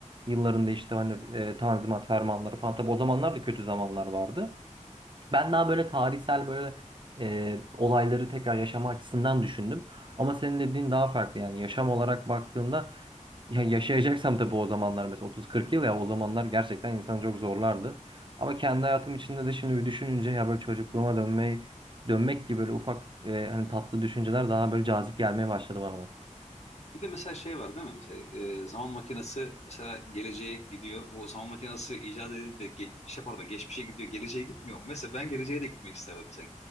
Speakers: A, on the right; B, on the left.
A: yıllarında işte hani e, Tanzimat fermanları falan. Tabii o zamanlar da kötü zamanlar vardı. Ben daha böyle tarihsel böyle e, olayları tekrar yaşama açısından düşündüm. Ama senin dediğin daha farklı yani yaşam olarak baktığında ya yaşayacaksam tabii o zamanlar mesela 30-40 yıl ya o zamanlar gerçekten insanı çok zorlardı. Ama kendi hayatım içinde de şimdi bir düşününce ya böyle çocukluğuma dönmeyi dönmek gibi böyle ufak e, hani tatlı düşünceler daha böyle cazip gelmeye başladı bana da.
B: Bir de mesela şey var değil mi? Mesela e, zaman makinesi mesela geleceğe gidiyor. Bu zaman makinesi icat edildi de ge şey pardon, geçmişe gidiyor. Geleceğe gitmiyor mu? Mesela ben geleceğe de gitmek isterdim mesela.